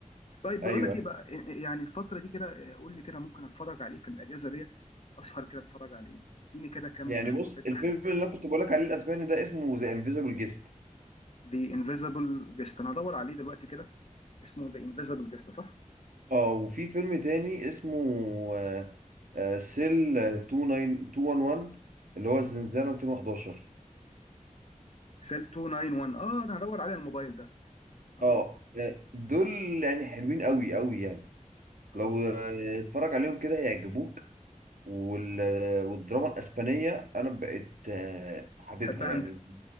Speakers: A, on the left; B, on the right.
A: طيب بقول
B: ايوه
A: لك
B: أيوة.
A: ايه بقى إيه، إيه، يعني الفتره دي كده إيه، قول لي كده ممكن اتفرج عليه في الاجازه ديت اسهر كده اتفرج على ايه اديني كده كام
B: يعني بص
A: فكره
B: الفيلم
A: حلوه
B: اللي انا كنت بقول لك عليه الاسباني ده اسمه ذا انفيزبل جيست
A: دي انفيزبل جيست انا هدور عليه دلوقتي كده اسمه ذا انفيزبل جيست صح
B: اه وفي فيلم تاني اسمه آه، آه، سيل 29211 اللي هو الزنزانه 211
A: سيل 291 اه انا هدور عليه على الموبايل ده اه
B: اه آه، دول يعني حلوين قوي قوي يعني
A: اه
B: لو آه، اتفرج عليهم كده هيعجبوك وال... والدراما الاسبانيه انا بقيت آه، حاببها
A: تحبها
B: يعني
A: انت